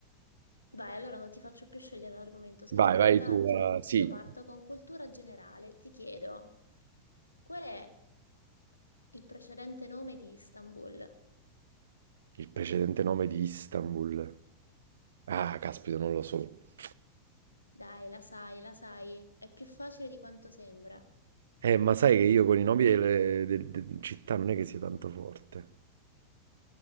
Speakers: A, on the left; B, on the right.
A: Vai, allora non ti faccio più scegliere l'argomento, sei
B: Vai,
A: già in
B: vai
A: vantaggio.
B: tu. a- Sì,
A: Io parto con cultura generale, ti chiedo, qual è il precedente nome di Istanbul?
B: il precedente nome di Istanbul. Ah, caspita, non lo so.
A: Dai, la sai, la sai, è più facile di quanto sembra.
B: Eh, ma sai che io con i nomi delle, del- del- città non è che sia tanto forte.